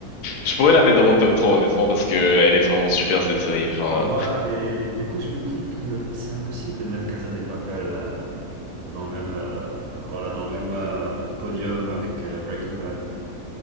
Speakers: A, on the left; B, on the right.
A: je pourrais la mettre dans mon top 3 honnêtement parce que elle est vraiment super cette série. Enfin,
B: Bah voilà, et du coup, je me dis que c'est impossible de mettre Casa de Papel euh, dans le même, euh, voilà, dans le même euh, podium avec euh, Breaking Bad.